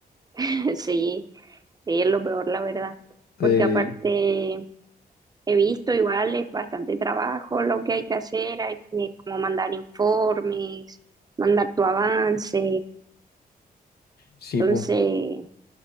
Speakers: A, on the right (about 25°); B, on the left (about 75°).
A: <laughs> Sí, sí, es lo peor, la verdad,
B: Sí,
A: porque aparte he visto igual es bastante trabajo lo que hay que hacer, hay que como mandar informes, mandar tu avance,
B: sí,
A: entonces,
B: pues.